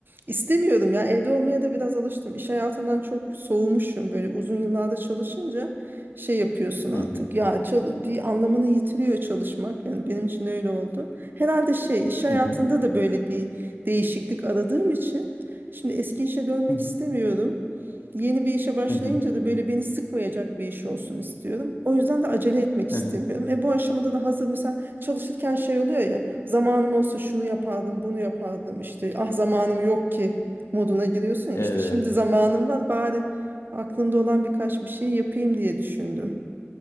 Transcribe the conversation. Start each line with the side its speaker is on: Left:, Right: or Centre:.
Right: İstemiyorum ya evde olmaya da biraz alıştım. İş hayatından çok soğumuşum böyle uzun yıllarda çalışınca şey yapıyorsun artık.
Left: Hı hı,
Right: Ya çal- bir anlamını yitiriyor çalışmak. Yani benim için öyle oldu. Herhalde şey iş hayatında
Left: hı hı,
Right: da böyle bir değişiklik aradığım için şimdi eski işe dönmek
Left: hı hı,
Right: istemiyorum. Yeni bir işe başlayınca
Left: hı hı,
Right: da böyle beni sıkmayacak bir iş olsun istiyorum. O yüzden de acele etmek istemiyorum.
Left: hı hı.
Right: E bu aşamada da hazır mesela çalışırken şey oluyor ya zamanım olsa şunu yapardım bunu yapardım işte ah zamanım yok ki moduna giriyorsun ya
Left: Evet.
Right: işte şimdi zamanım var bari aklımda olan birkaç bir şey yapayım diye düşündüm.